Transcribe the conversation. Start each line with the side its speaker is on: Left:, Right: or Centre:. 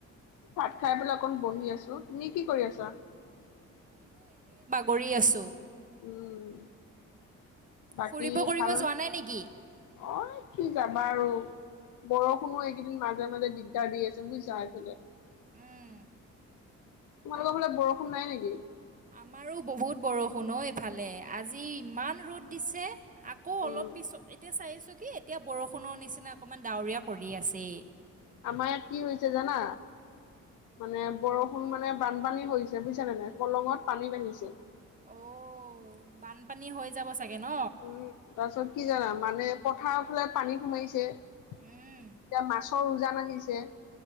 Left: ভাত খাই পেললে অকণ বহি আছো তুমি কি কৰি আছা।
Right: কৰি আছোঁ।
Left: উম বাকী
Right: ফুৰিব কৰিব
Left: ভাল
Right: যোৱা নাই নেকি?
Left: অ কি যাবা আৰু বৰষুণো এইকেইদিন মাজে মাজে দিগদাৰ দি আছে বুইছা এইফালে
Right: উম,
Left: তোমালোকৰ ফালে বৰষুণ নাই নেকি?
Right: আমাৰো বহুত বৰষুণ এইফালে আজি ইমান ৰ'দ দিছে আকৌ অলপ।
Left: উম,
Right: পিছত এতিয়া চাই আছো কি এতিয়া বৰষুণৰ নিচিনা অকমান ডাৱৰীয়া কৰি আছেই।
Left: আমাৰ ইয়াত কি হৈছে জানা? মানে বৰষুণ মানে বানপানী হৈছে বুজিছ নে নাই কলঙত পানী বাঢ়িছে।
Right: অ বানপানী হৈ যাব চাগে। ন?
Left: উম তাৰপিছত কি জানা মানে পথাৰৰ ফালে পানী সোমাইছে। এতিয়া
Right: উম,
Left: মাছৰ উজান আহিছে।